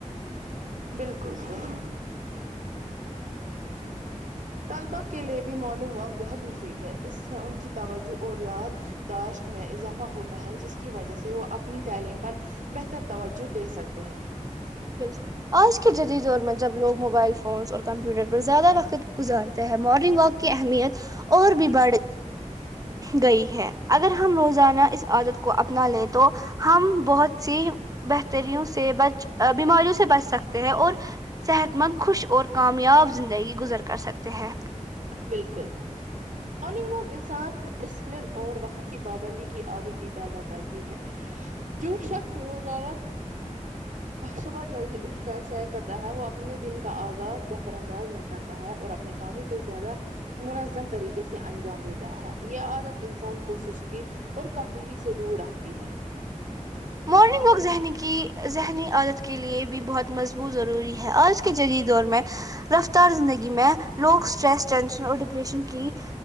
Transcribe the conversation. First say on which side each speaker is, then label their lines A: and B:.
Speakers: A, on the right (about 80°); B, on the right (about 25°).
A: بالکل صحیح <unintelligible> طلبہ کے لیے بھی مارننگ واک بہت مفید ہے اس سے ان کی توجہ اور یاد داشت میں اضافہ ہوتا ہے جس کی وجہ سے وہ اپنی تعلیم پر بہتر توجہ دے سکتے ہیں
B: بالکل آج کے جدید دور میں جب لوگ موبائل فونس اور کمپیوٹر پر زیادہ وقت گزارتے ہیں مارننگ واک کی اہمیت اور بھی بڑھ گئی ہے اگر ہم روزانہ اس عادت کو اپنا لیں تو ہم بہت سی بہتریوں سے بچ بیماریوں سے بچ سکتے ہیں اور صحت مند خوش اور کامیاب زندگی گزر کر سکتے ہیں
A: بالکل مارننگ واک انسان ڈسپلن اور وقت کی پابندی کی عادت بھی پیدا کرتی ہے جو شاکس روزانہ
B: <inaudible>
A: صبح جلدی اٹھ کر سیر کرتا ہے وہ اپنے دن کا آغاز بہتر انداز میں کرتا تا ہے اور اپنے کاموں کو زیادہ مناظم طریقے سے انجام دیتا ہے یہ عادت انسان کو سستی اور کاہلی سے دور رکھتی ہے
B: مورنگ لوگ ذہنی کی ذہنی عادت کے لیے بھی بہت مضبوط ضروری ہے آج کے جدید دور میں رفتار زندگی میں لوگ سٹریس ٹینشن اور ڈپریشن کی